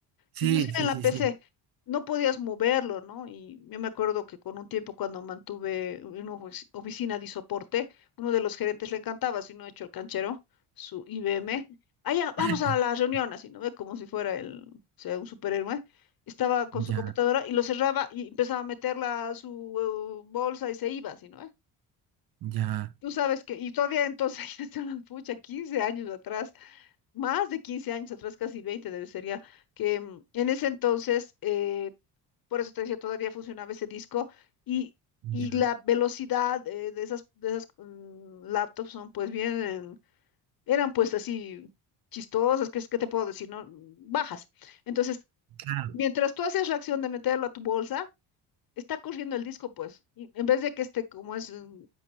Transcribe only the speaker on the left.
Inclusive
en la
PC
no podías moverlo, ¿no? Y yo me acuerdo que con un tiempo cuando mantuve una ofici- oficina de soporte, uno de los gerentes le encantaba, si no he hecho el canchero, su IBM, allá, vamos
a la reunión, así, ¿no ve? Como si fuera el, o sea, un superhéroe. Estaba con su
computadora y lo cerraba y empezaba a meterla a su eh, bolsa y se iba, así, ¿no ve?
Tú sabes que, y todavía entonces, <laughs> ya se pucha, 15 años atrás, más de 15 años atrás, casi 20 debe ser ya, que mm, en ese entonces, eh, por eso te decía, todavía funcionaba ese disco y, y
la velocidad eh, de esas, de esas mm, laptops son pues bien, eran pues así chistosas, ¿qué, es- qué te puedo decir? ¿No? Bajas. Entonces,
mientras tú haces la acción de meterlo a tu bolsa, está corriendo el disco, pues, y en vez de que esté como es mm,